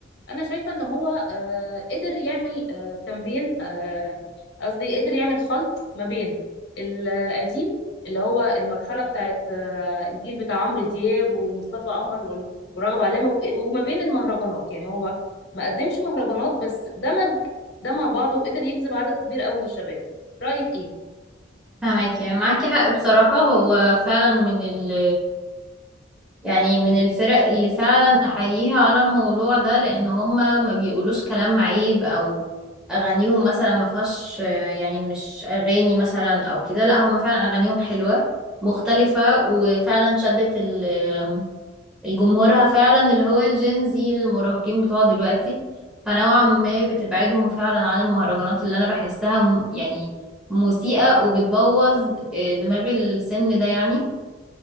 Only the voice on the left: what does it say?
انا شايفه ان هو آه، قدر يعمل آه، كامبين آه، قصدي قدر يعمل خلط ما بين القديم اللي هو المرحله بتاعت آه، الجيل بتاع عمرو دياب ومصطفى قمر وال- ورغب علامه و- وما بين المهرجانات يعني هو ما قدمش مهرجانات بس دمج ده مع بعضه وقدر يجذب عدد كبير قوي من الشباب رايك ايه